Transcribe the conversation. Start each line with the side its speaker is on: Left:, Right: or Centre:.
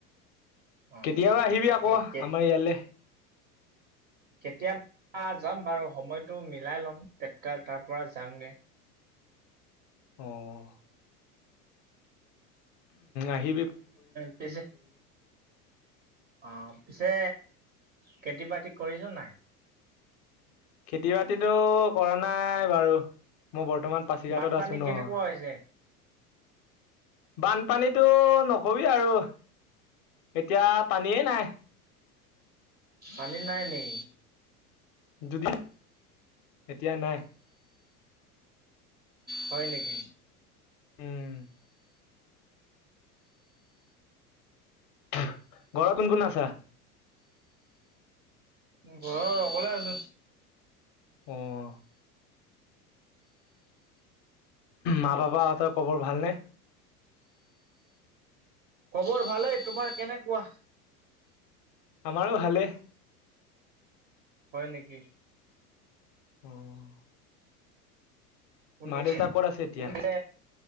Right: অ
Left: কেতিয়াবা আহিবি
Right: ঠিকেই
Left: আকৌ
Right: কে-
Left: আমাৰ ইয়ালে।
Right: কেতিয়াবা যাম বাৰু, সময়টো মিলাই ল'ম তেতিয়া তাৰ পৰা যামগে।
Left: অ'। আহি
Right: পিছে অ' পিছে খেতি বাতি কৰিছ' নাই?
Left: খেতি বাতিটো কৰা নাই বাৰু। মই বৰ্তমান পাছিঘাটত
Right: বানপানী
Left: আছো ন'।
Right: কেনেকুৱা হৈছে
Left: বানপানীতো নকবি আৰু। এতিয়া পানীয়েই নাই।
Right: পানী নাই নি?
Left: দুদিন, এতিয়া নাই।
Right: হয় নেকি?
Left: উম। ঘৰত কোন কোন আছা?
Right: ঘৰত অকলে আছো।
Left: অ'। মা বাবাহঁতৰ কবৰ ভালনে?
Right: খবৰ ভালেই। তোমাৰ কেনেকুৱা?
Left: আমাৰো ভালে।
Right: হয় নেকি?
Left: অ'।
Right: কোনে,
Left: মা দেউতা ক'ত আছে এতিয়া
Right: কোনে